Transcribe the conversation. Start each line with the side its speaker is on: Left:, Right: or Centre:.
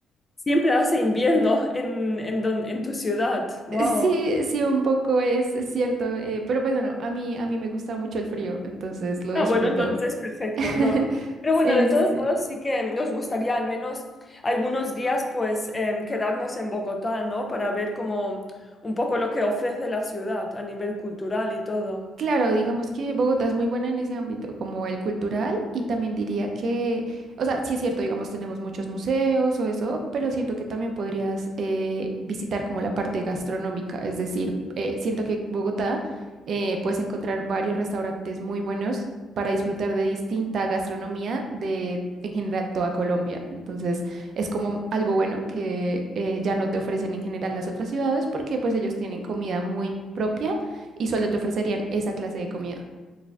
Left: siempre hace invierno en, en, don- en tu ciudad. Wow.
Right: Sí, sí, un poco es, es cierto, eh, pero pues bueno, a mí, a mí me gusta mucho el frío, entonces lo disfruto.
Left: Ah, bueno, entonces perfecto,
Right: <laughs>
Left: no, no. Pero
Right: Sí,
Left: bueno, de todos
Right: sí, sí.
Left: modos sí que nos gustaría al menos algunos días pues em, quedarnos en Bogotá, ¿no? Para ver como un poco lo que ofrece la ciudad a nivel cultural y todo.
Right: Claro, digamos que Bogotá es muy buena en ese ámbito, como el cultural, y también diría que, o sea, sí es cierto, digamos, tenemos muchos museos o eso, pero siento que también podrías eh, visitar como la parte gastronómica, es decir, eh, siento que Bogotá eh, puedes encontrar varios restaurantes muy buenos para disfrutar de distinta gastronomía de, en general, toda Colombia. Entonces, es como algo bueno que eh, ya no te ofrecen en general las otras ciudades porque pues ellos tienen comida muy propia y solo te ofrecerían esa clase de comida.